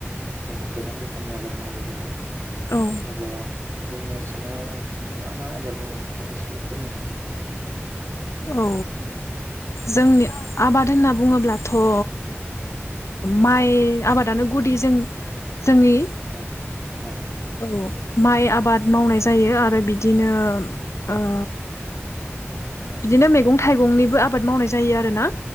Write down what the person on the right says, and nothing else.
जोंहा गोबां रोखोमनि आबाद मावो बेहाय
अब्ला जोंनि आसामाव मा मा आबाद मावो नोंथाङा एसे फोरमायनो हागोन नामा?
औ माइ
औ
औ